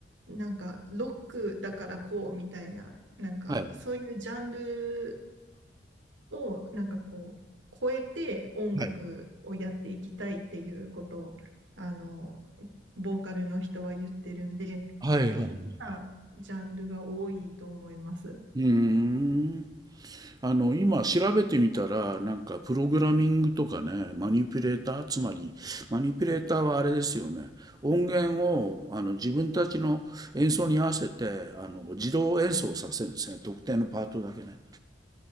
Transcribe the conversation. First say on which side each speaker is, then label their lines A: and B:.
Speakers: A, on the right (about 85°); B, on the right (about 20°).
A: なんかロックだからこうみたいな、なんかそういうジャンル
B: はい。
A: をなんかこう、超えて音楽をやっていきたいっていうことを、
B: はい。
A: あの、ボーカルの人は言ってるんで、
B: はいはいはい。
A: なんかいろんなジャンルが多いと思います。
B: うーん。あの、今調べてみたら、なんかプログラミングとかね、マニピュレーター、つまり、マニピュレーターはあれですよね。音源を、あの、自分たちの演奏に合わせて、あの、自動演奏させるんですね。特定のパートだけね。